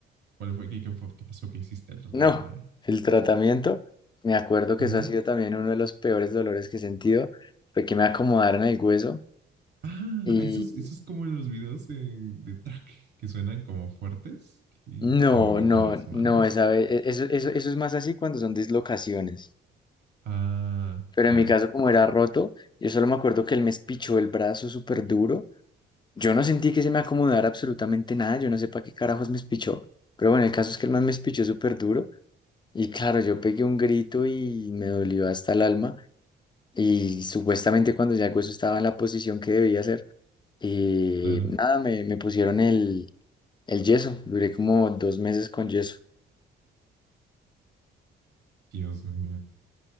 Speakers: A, on the right; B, on the left.
A: ¿Cuál fue, qué, qué fue- qué pasó que hiciste el tratamiento,
B: no,
A: no?
B: el tratamiento, me acuerdo que
A: Ajá.
B: eso ha sido también uno de los peores dolores que he sentido, fue que me acomodaron el hueso
A: Ah,
B: y
A: esos, esos como en los videos de, de track que suenan como fuertes, que,
B: no,
A: que mueven
B: no,
A: con las manos.
B: no, esa vez- e- eso, eso, eso es más así cuando son dislocaciones.
A: Ah,
B: Pero
A: claro,
B: en mi caso, como era roto, yo solo me acuerdo que él me espichó el brazo súper duro Yo no sentí que se me acomodara absolutamente nada, yo no sé para qué carajos me espichó, pero bueno, el caso es que el man me espichó súper duro y claro, yo pegué un grito y me dolió hasta el alma y supuestamente cuando ya el hueso estaba en la posición que debía ser, eh,
A: claro.
B: nada, me, me pusieron el, el yeso, duré como dos meses con yeso.
A: Dios mío,